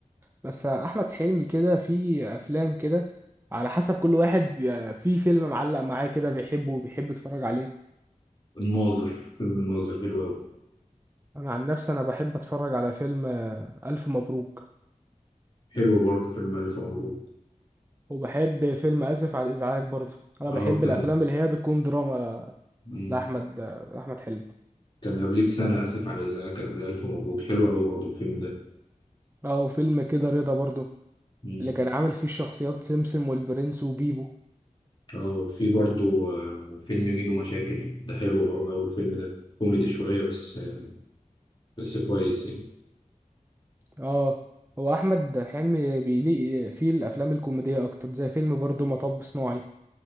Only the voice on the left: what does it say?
الناظر فيلم الناظر حلو أوي
حلو برضه فيلم ألف مبروك
اه
كان
مم.
كان قبليه بسنة آسف على الإزعاج قبل ألف مبروك حلو أوي برضه الفيلم ده
مم.
اه وفي برضه آه، فيلم ميدو مشاكل ده حلو برضه أوي الفيلم ده كوميدي شوية بس آه، بس كويس يعني